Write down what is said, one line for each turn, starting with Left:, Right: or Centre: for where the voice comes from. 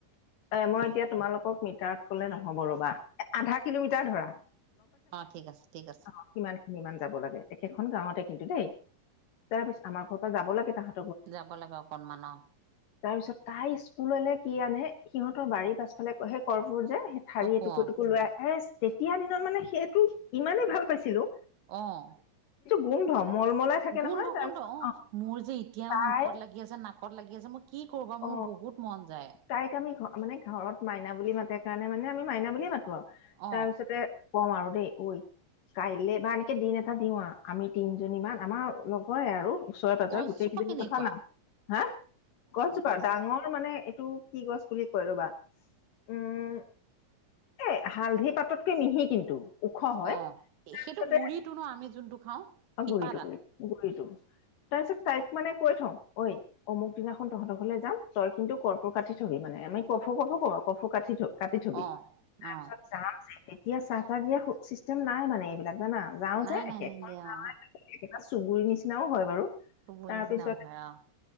Left: এ মই এতিয়া তোমালোকক মিটাৰত কলে নহব ৰ'বা আধা কিলোমিটাৰ ধৰা।
Right: অ ঠিক আছে ঠিক আছে।
Left: অ কিমান। কিমান মান যাব লাগে একেখন গাঁৱতে কিন্তু দেই তাৰ পিছত আমাৰ ঘৰৰ পৰা যাব লাগে তাহাঁ
Right: যাব লাগে অকনমান অহ
Left: তাৰপিছত তাই স্কুললে কি আনে সিহঁতৰ বাৰীৰ পাছফালে সেই কৰ্ফুৰ যে ঠাৰি
Right: কফু
Left: এটুকু
Right: অ
Left: এটুকু ‍ লৈ আহে তেতিয়া দিনত মানে সেইটো ইমানেই ভাল পাইছিলোঁ
Right: অহ
Left: গোন্ধ মলমলাই থাকে
Right: গোন্ধ
Left: নহয় তাৰপিছত
Right: গোন্ধ অ মোৰ যে এতিয়াও
Left: তাই
Right: মুখত লাগি আছে নাক ত লাগি আছে মই কি কৰো বাৰু
Left: অ
Right: মোৰ বহুত মন যায়।
Left: তাইক আমি ঘ মানে ঘৰত মাইনা বুলি মাতে কাৰণে মানে আমি মাইনা বুলিয়ে মাতো আৰু
Right: অ
Left: তাৰপিছতে ক'ম আৰু দেই ঐ কাইলৈ বা এনেকে দিন এটা দিওঁ আমি তিনজনীমান আমাৰ লগৰে আৰু ওচৰে পাঁজৰে
Right: গছজোপা
Left: গোটেইকেইজনীৰ
Right: কেনেকুৱা
Left: কথা নাম হা গছজোপা ডাঙৰ মানে এটো কি গছ বুলি কয় ৰ'বা উম এ হালধি পাততকে মিহি কিন্তু ওখ হয়
Right: অ
Left: তাৰপিছতে
Right: সেইটো গুৰিতো ন আমি যোনটো খাওঁ
Left: অ
Right: শিপাডাল
Left: গুৰিটো গুৰি গুৰি়টো তাৰপিছত তাইক মানে কৈ থওঁ ঐ অমুক দিনাখন তহঁতৰ ঘলে যাম তই কিন্তু কৰ্পোৰ কাটি থবি মানে আমি কফু কফু ক কফ কাটি থলো কাটি থবি
Right: অ
Left: তাৰপিছত
Right: অ
Left: যাম যে তেতিয়া চাহ তাহ দিয়া চিষ্টেম নাই মানে এইবিলাক জানা যাওঁ
Right: নাই
Left: যে
Right: নাই
Left: একেখন
Right: নিদিয়ে
Left: গাঁও
Right: অ
Left: একেটা চুবুৰীৰ নিচিনাও হয় বাৰু
Right: সবৰে
Left: তাৰ
Right: নিছেনা
Left: পিছত
Right: নহৈ আও